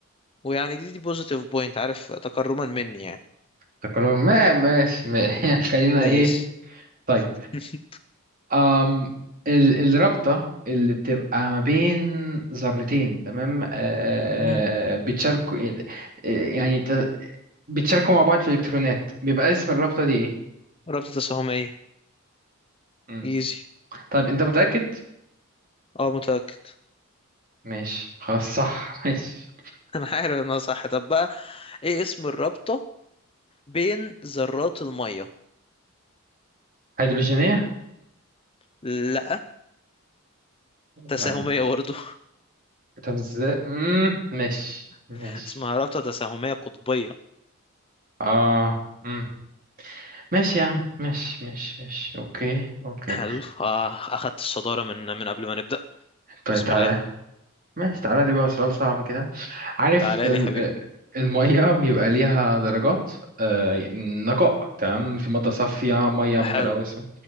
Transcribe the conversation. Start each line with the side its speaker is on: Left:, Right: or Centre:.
Left: ويعني دي دي بوزيتيف بوينت عارف تكرما مني يعني
Right: تكلم ما ماشي ما <laughs> خلينا
Left: ماشي
Right: ايه طيب
Left: <laughs>
Right: أم ال- الرابطة اللي بتبقى ما بين ذرتين تمام آه،
Left: مم.
Right: بتشاركوا آه، يعني ت- بتشاركوا مع بعض في الإلكترونات بيبقى اسم الرابطة دي إيه؟
Left: رابطة تساهمية
Right: مم.
Left: ايزي
Right: طيب أنت متأكد؟
Left: اه متأكد
Right: ماشي خلاص صح <laughs> ماشي
Left: <laughs> انا عارف انها صح طب بقى ايه اسم الرابطة بين ذرات المية
Right: هيدروجينية؟
Left: لا
Right: لا
Left: تساهمية برضه
Right: طب ازاي؟ مم، ماشي ماشي
Left: <laughs> اسمها رابطة تساهمية قطبية
Right: اه مم. ماشي يا عم ماشي ماشي ماشي اوكي اوكي
Left: حلو اه اخدت الصدارة من من قبل ما نبدأ
Right: طيب
Left: بسم
Right: تعالى
Left: الله
Right: ماشي تعالى لي بقى سؤال صعب كده عارف
Left: تعالى
Right: ال-
Left: لي يا حبيبي
Right: المية بيبقى ليها درجات آه، نقاء تمام في مادة صافية مية متلوثة
Left: حلو